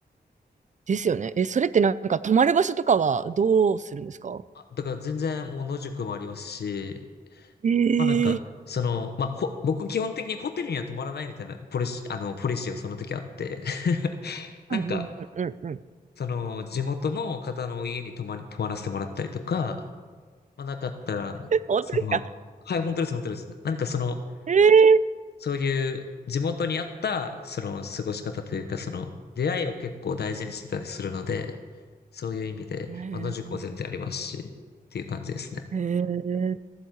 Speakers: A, on the right (about 50°); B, on the left (about 85°).
A: ですよね。え、それってなんか泊まる場所とかはどうするんですか
B: あ、だから全然もう野宿もありますし、
A: ええ
B: まあなんか、その、まあほ、僕基本的にホテルには泊まらないみたいなポリシ、あの、ポリシーをその時あって、<laughs> なんか、
A: うんうんうんうんうん。
B: その、地元の方の家に泊まり、泊まらせてもらったりとか、まあなかったら、
A: 本当ですか
B: その、はい、本当です、本当です。なんかその、
A: え
B: そういう地元に合った、その、過ごし方というか、その、出会いを結構大事にしてたりするので、そういう意味で、
A: え
B: まあ、野宿も全然ありますし、っていう感じですね。
A: ー、えー